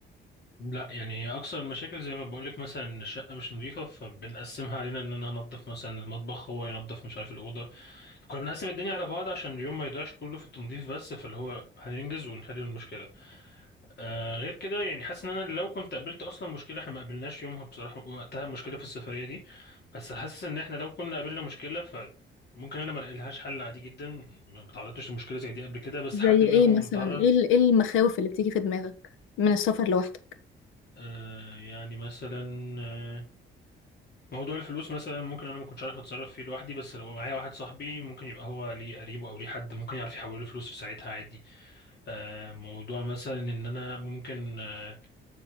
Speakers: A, on the left; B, on the left.
A: لا يعني اكثر المشاكل زي ما بقولك مثلا إن الشقه مش نظيفه فبنقسمها علينا ان انا انضف مثلا المطبخ هو ينضف مش عارف الاوضه كنا بنقسم الدنيا على بعض عشان اليوم ما يضيعش كله في التنظيف بس فاللي هو هننجز ونحل المشكله آه غير كده يعني حاسس ان انا لو كنت قابلت اصلا مشكله احنا ما قابلناش يومها بصراحه وقتها مشكله في السفريه دي بس حاسس ان احنا لو كنا قابلنا مشكله ف ممكن انا ما لقيلهاش حل عادي جدا ما ما تعرضتش لمشكله زي دي قبل كده بس
B: زي
A: حد منهم
B: ايه مثلا
A: تعرض
B: ايه ال- إيه المخاوف اللي بتيجي في دماغك من السفر لوحدك
A: آه يعني مثلا آه، موضوع الفلوس مثلا ممكن انا ما كنتش عارف اتصرف فيه لوحدي بس لو معايا واحد صاحبي ممكن يبقى هو ليه قريبه او ليه حد ممكن يعرف يحول له فلوس في ساعتها عادي آه، موضوع مثلا ان انا ممكن آه،